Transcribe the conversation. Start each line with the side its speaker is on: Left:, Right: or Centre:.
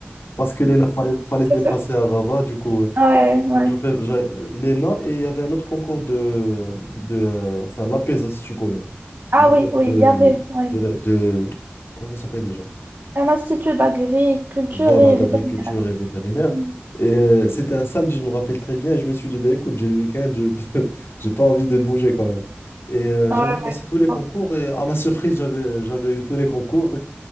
Left: parce que l'ENA, fallait, fallait se
Right: bien
Left: déplacer
Right: sûr.
Left: à Rabat. Du coup, euh,
Right: Ouais, ouais.
Left: j'avais- j'avais- euh, l'ENA et il y avait un autre concours de, euh, de euh, enfin, l'APESA, si tu connais.
Right: Ah
Left: Le concours
Right: oui, oui,
Left: De,
Right: il y avait, ouais.
Left: de, la- de- comment ça s'appelle déjà?
Right: Un institut d'agriculture
Left: Voilà,
Right: et
Left: d'agriculture
Right: vétérinaire.
Left: et vétérinaire.
Right: Mm.
Left: Et euh, c'était un samedi, je me rappelle très bien. Et je me suis dit, bah, écoute, j'ai le week-end, je <laughs> j'ai pas envie de bouger quand même. Et euh,
Right: Ouais,
Left: j'avais passé
Right: ouais, je
Left: tous les concours
Right: comprends.
Left: et à ma surprise, j'avais j'avais eu tous les concours.